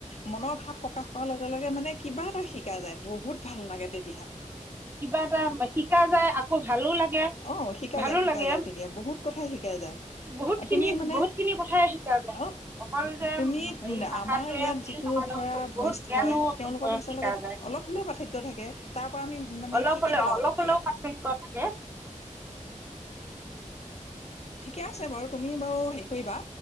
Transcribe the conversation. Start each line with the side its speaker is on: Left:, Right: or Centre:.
Left: মনৰ ভাৱ প্ৰকাশ অলেকে তলেগে মানে কিবা এটা শিকা যায় বহুত ভাল লাগে তেতিয়া
Right: কিবা এটা শিকা যায় আকৌ ভালো লাগে
Left: অ শিকা
Right: ভালো
Left: যায় শিকা
Right: লাগে
Left: যায় তেতিয়া বহুত কথাই শিকা যায়
Right: বহুত খিনি
Left: তুমি মানে
Right: বহুত খিনি কথাই শিকা যায়
Left: অ
Right: অকল যে
Left: তুমি
Right: হেৰি ভাষাটোৱে
Left: আমাৰ ইয়াত
Right: বুলি
Left: যিটো
Right: নহয় নহয়
Left: ধৰা ভইচ
Right: বহুত জ্ঞানো
Left: হয় তেওঁলোকৰ ভইচৰ
Right: শিকা
Left: লগত
Right: যায়
Left: অলপ হলেও পাৰ্থক্য থাকে তাৰ পৰা আমি মানে
Right: অলপ
Left: শিকি
Right: অলপ
Left: পেলাও
Right: অলপ
Left: তেতিয়া
Right: অলপ পাৰ্থক্য থাকে
Left: ঠিকে আছে বাৰু তুমি বাৰু হেৰি কৰিবা